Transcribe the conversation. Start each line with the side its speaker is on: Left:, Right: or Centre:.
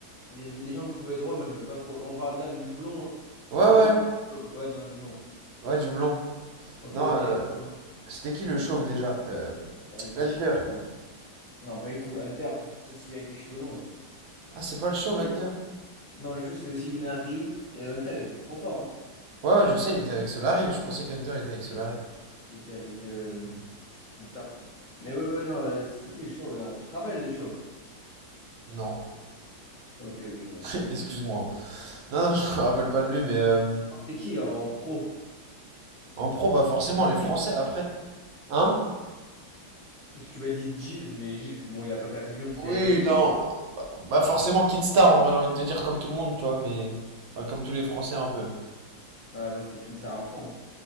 Left: Les les gens le trouvaient drôle, moi j'aimais pas trop. On parle bien du blond.
Right: Ouais
Left: On parle
Right: ouais.
Left: du blond. Ouais, non, du blond.
Right: Ouais du blond.
Left: Ok,
Right: Non,
Left: ok.
Right: euh,
Left: Non,
Right: c'était qui le chauve déjà? Euh,
Left: Euh,
Right: Hunter.
Left: G- non. Non, pas du tout. Hunter, c'est celui avec les cheveux longs.
Right: Ah, c'est pas le chauve, Hunter?
Left: Oui. Non, le show c'était aussi Lunari. Et Hunter, il était trop fort. hein.
Right: Ouais, ouais, je sais, il était avec Solari. Je pensais qu'Hunter était avec
Left: Et-
Right: Solari.
Left: et- Il était avec euh, une star. Mais ouais, ouais, non, euh, c'était qui les chauves là? Tu te rappelles des chauves?
Right: Non,
Left: Ok, ok, ouais,
Right: <laughs>
Left: tant pis.
Right: excuse-moi. Non, non, <laughs> je me rappelle pas de lui, mais euh,
Left: C'était qui en en pro?
Right: en pro, bah forcément, les
Left: Gibbs.
Right: Français après. Hein?
Left: Parce que tu m'as dit Gibbs, mais Gibbs, bon, il a pas fait la Coupe du Monde parce qu'il
Right: Oui,
Left: avait pas de niveau.
Right: non. Bah forcément, Kinstar, en vrai, j'ai envie de te dire comme tout le monde, tu vois, mais... Enfin, comme tous les Français un peu.
Left: Ouais, moi c'était Kingstar à fond.